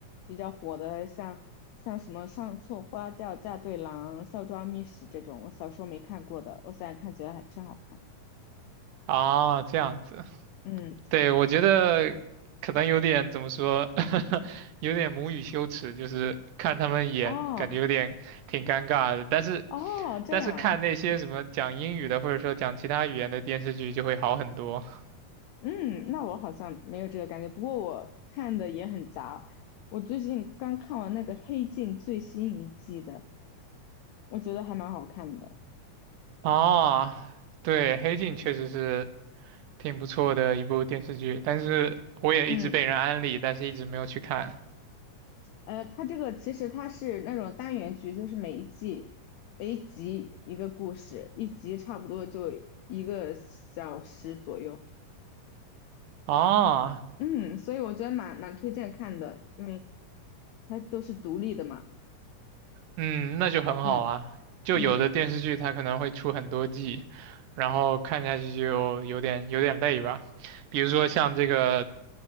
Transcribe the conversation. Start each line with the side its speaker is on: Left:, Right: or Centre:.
Left: 比较火的，像像什么《上错花轿嫁对郎》《孝庄秘史》这种，我小时候没看过的，我现在看觉得还真好看。
Right: 啊，这样子。
Left: 嗯，
Right: 对，我觉得可能有点怎么说，<laughs> 有点母语羞耻，就是看他们演，
Left: 哦
Right: 感觉有点挺尴尬的。但是，
Left: 哦，这样。
Right: 但是看那些什么讲英语的，或者说讲其他语言的电视剧就会好很多。
Left: 嗯，那我好像没有这个感觉，不过我看的也很杂。我最近刚看完那个《黑镜》最新一季的，我觉得还蛮好看的。
Right: 啊，对，《黑镜》确实是挺不错的一部电视剧，但是我也一直被人安利，
Left: 嗯，
Right: 但是一直没有去看。
Left: 呃，它这个其实它是那种单元剧，就是每一季每一集一个故事，一集差不多就一个小时左右。
Right: 啊，
Left: 嗯，所以我觉得蛮蛮推荐看的，因为它都是独立的嘛。
Right: 嗯，那就很好啊。
Left: 嗯
Right: 就有的电视剧它可能会出很多季，
Left: 嗯，
Right: 然后看下去就有点有点累吧。比如说像这个